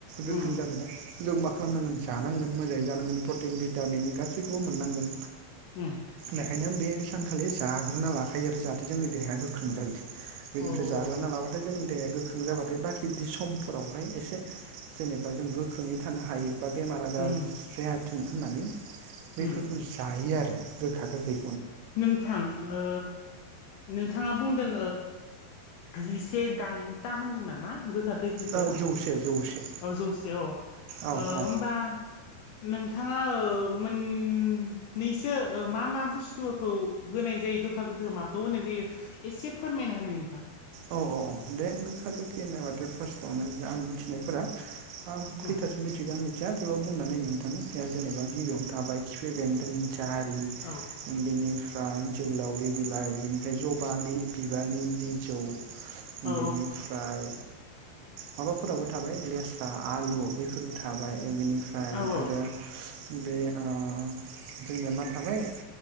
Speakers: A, on the right; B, on the left.
A: गोख्रों
B: उम उम
A: जानोबा जों मा खालाम जानांगोन मोजाङै जानांगोन प्रटिन भिटामिन गासैखौबो मोननांगोन
B: उम
A: बेखायनो बे सानखालि जाग्रोना लाखायो आरो जाहाथे जोंनि देहाया गोख्रों जायो बेनिफ्राय
B: औ
A: जाग्रोना
B: औ
A: लाबाथाय जोंनि देहाया गोख्रों जाबाथाय बाखि समफोरावहाय एसे जेनेबा जों गोख्रोङै थानो हायो बा बेमार आजार
B: उम
A: जायाथों होननानै बेफोरखौ
B: उम
A: जायो आरो गोखा गोखै
B: नोंथां ओ नोंथाङा बुंदों जिसे दाइनथा होनदों नामा गोखा गोखैखौ
A: ओ जौसे जौसे
B: औ जौसे औ
A: औ औ
B: होमबा नोंथाङा मोननैसो मा मा बुस थुखौ होनाय जायो गोखा गोखै माखौ होनाय जायो एसे फोरमायना हालाय नोंथां
A: औ औ औ दे गोखा गोखै होनोबाथाय फार्स्टआवनो आं मिथिनायफोरा आं
B: उम
A: खैतासो मिथिगो आं आ थेवबाबो बुंनानै नायनि नोंथां जेनेबा गिबियावनो थाबाय खिफि बेन्दों जारि
B: औ
A: बेनि ओमफ्राय जोहोलावरि बिलाइ बिनिफ्राय जबा बिबारनि बिजौ
B: औ
A: बेनिफ्राय माबाफोराबो थाबाय लेस्रा आलु बैफोरबो थाबाय बेनिफ्राय
B: औ
A: फ्राय आरो बे जोंनिया मा थाबाय